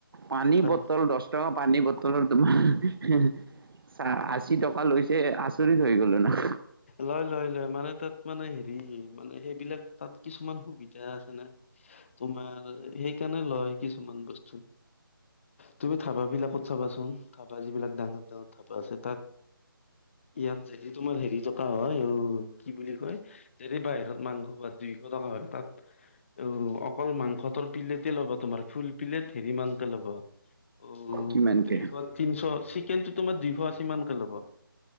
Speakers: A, on the right; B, on the left.
A: পানী
B: হয়
A: বটল দছ- টকা পানী বটলৰ তোমাৰ আশী টকা লৈছে। চৰিত হৈ গলো না।
B: লয় লয় লয়, মানে তাত মানে হেৰি মানে সেইবিলাক তাত কিছুমান সুবিধা আছে না। তোমাৰ সেইকাণে লয় কিছুমান বস্তু। তুমি ধাবাবিলাকত চাবাচোন ধাবা যিবিলাক ডাঙৰ ডাঙৰ ধাবা আছে তাত- ইয়াত যদি তোমাৰ হেৰি থকা হয়, অও কি বুলি কয়? যদি বাহিৰত মাংস ভাত দুইশ টকা হয় তাত। অও অকল মাংসটোৰ প্লেটে ল'বা তোমাৰ ফুল পিলেট হেৰি মানকে ল'ব, - অ'
A: কিমানকে
B: দুইশ তিনিশ চিকেনটো তোমাৰ দুইশ আশী মানকে ল'ব।